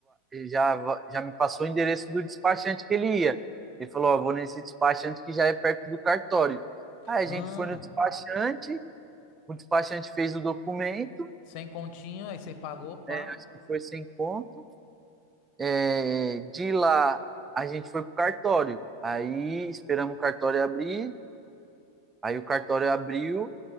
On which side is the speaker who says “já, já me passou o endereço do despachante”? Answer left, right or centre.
Right